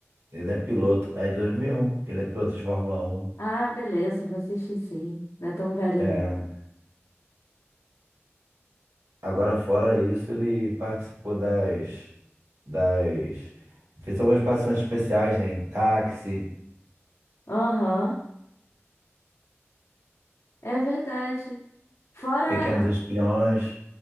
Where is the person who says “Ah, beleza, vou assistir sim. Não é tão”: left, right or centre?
Left